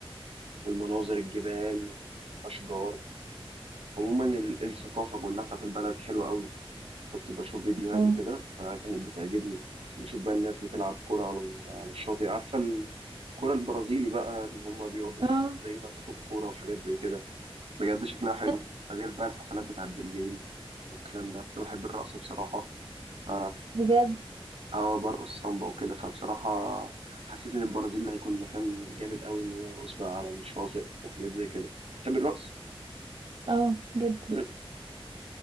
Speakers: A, on the right (about 75°); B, on the right (about 60°).
A: والمناظر الجبال وأشجار عموما ال- الثقافة كلها بتاعت البلد حلوة قوي كنت بشوف فيديوهات
B: الله
A: وكده فكانت بتعجبني بشوف بقى الناس بتلعب كرة على ال- على الشاطئ عارفة الكرة البرازيلي بقى إن هما بيقعدوا
B: اه
A: زي نطاط الكورة وحاجات زي كده بجد شكلها حلو
B: حلو
A: غير بقى الحفلات بتاعت بالليل والكلام ده أنا بحب الرقص بصراحة ف-
B: بجد
A: اه برقص سامبا وكده فبصراحة حسيت إن البرازيل هيكون مكان جامد قوي إن أنا أرقص بقى على الشاطئ وحاجات زي كده بحب الرقص
B: اه جدا
A: <laughs>